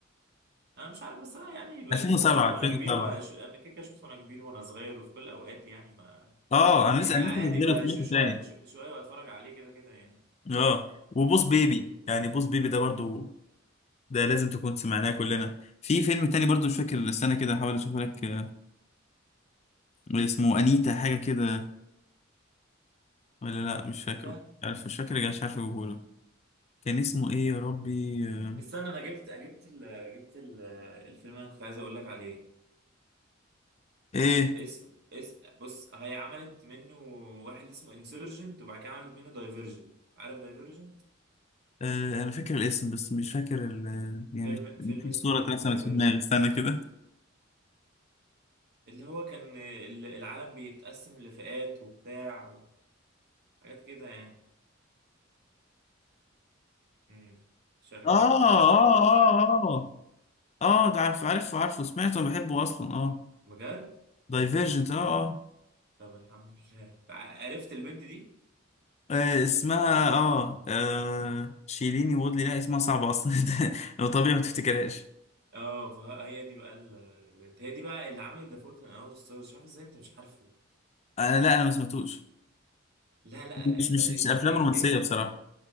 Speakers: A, on the right; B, on the left.
A: انا مش عارف بس انا يعني بقى
B: 2007
A: كيكه شفته
B: 2007
A: وانا كبير وش... انا كيكه شفته وانا كبير وانا صغير وفي كل الاوقات يعني ما
B: اه انا
A: يعني
B: لسه انا
A: عادي
B: لسه صغير
A: بقى
B: سمعته
A: ش- شويه
B: تاني
A: ش- شويه واتفرج عليه كده كده يعني
B: اه وبوس بيبي
A: امم
B: يعني بوس بيبي ده برضه ده لازم تكون سمعناه كلنا في فيلم تاني برضه مش فاكر السنه كده هحاول اشوف لك آه، اسمه انيتا حاجه كده ولا لا مش فاكره
A: انت
B: عارف مش فاكر مش عارف اجيبهولك كان
A: مم.
B: اسمه ايه يا ربي آه،
A: استنى انا جبت جبت ال... جبت ال... الفيلم اللي انا كنت عايز اقول لك عليه
B: ايه
A: اسم اس بص هي عملت منه واحد اسمه انسرجنت وبعد كده عملت منه دايفرجنت عارف دايفرجنت
B: آه، انا فاكر الاسم بس مش فاكر ال... يعني
A: فيلم
B: مش-
A: فيلم
B: في
A: اسمه
B: صوره اترسمت
A: دايفرجن
B: في دماغي استنى كده
A: اللي هو كان ال- العالم بيتقسم لفئات وبتاع وحاجات كده يعني امم شكلك
B: اه اه
A: آه،
B: اه اه اه آه، ده عارف عارف عارفه سمعته بحبه اصلا اه
A: بجد
B: دايفيرجنت اه اه
A: طب الحمد <laughs> لله ع- عرفت البنت دي
B: آه، اسمها اه آه، شيليني وودلي لا اسمها صعبة اصلا <laughs> ده لو طبيعي ما تفتكرهاش
A: اه فهي دي بقى البنت هي دي بقى اللي عملت دافوت من اول ستارز مش عارف ازاي انت مش عارفه
B: انا لا انا ما سمعتوش
A: لا لا
B: مش
A: انت
B: مش
A: إش-
B: مش افلام
A: إك-
B: رومانسية
A: إك-
B: بصراحة